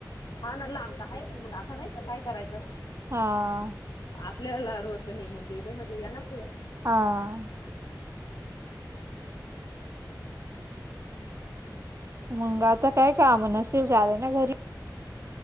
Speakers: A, on the left; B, on the right.
A: हा ना ला तर आहेच मग आता नाही का काय करायचं?
B: ह.
A: आपल्याला रोचन ये मग दिलं म्हणजे यांनाच ये.
B: हां. मंग आता काय काम नसतील ज्यादा ना घरी?